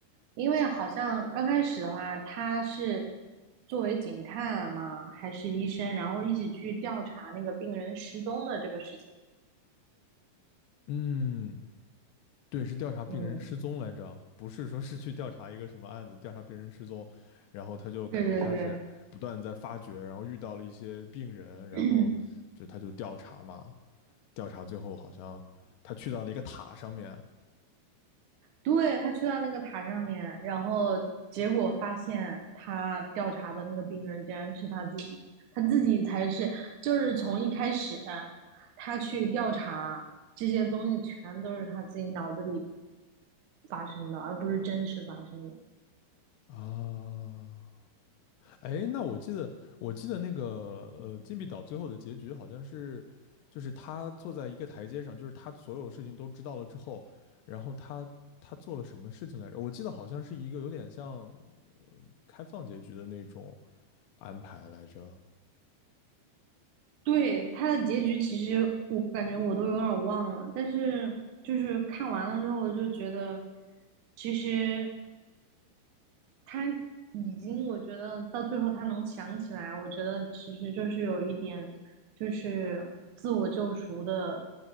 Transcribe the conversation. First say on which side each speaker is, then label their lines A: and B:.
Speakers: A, on the right; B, on the left.
A: 因为好像刚开始的话，他是作为警探嘛，还是医生，然后一起去调查那个病人失踪的这个事情。
B: 嗯，对，是调查病人失踪来着，
A: 嗯，
B: 不是说是去调查一个什么案子，调查病人失踪，然后他就感觉像是不断在发掘，
A: 对对对，
B: 然后遇到了一些病人，然后就他就调查嘛，
A: <clears throat>
B: 调查最后好像他去到了一个塔上面
A: 对，他去到那个塔上面，然后结果发现他调查的那个病人竟然是他自己，他自己才是，就是从一开始他去调查这些东西，全都是他自己脑子里发生的，而不是真实发生的。
B: 啊，哎，那我记得我记得那个呃金币岛最后的结局好像是，就是他坐在一个台阶上，就是他所有事情都知道了之后，然后他他做了什么事情来着？我记得好像是一个有点像。开放结局的那种安排来着。
A: 对，他的结局其实我感觉我都有点儿忘了，但是就是看完了之后，我就觉得其实他已经，我觉得到最后他能想起来，我觉得其实就是有一点就是自我救赎的